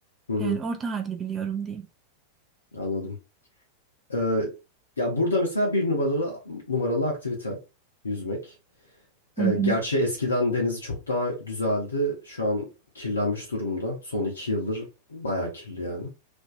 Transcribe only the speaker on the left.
hı hı,
anladım. Ee, ya burada mesela bir numaralı numaralı aktivite yüzmek.
Ee,
gerçi eskiden denizi çok daha güzeldi. Şu an kirlenmiş durumda. Son iki yıldır bayağı kirli yani.